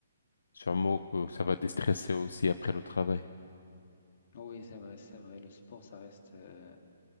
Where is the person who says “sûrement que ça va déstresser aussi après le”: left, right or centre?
Left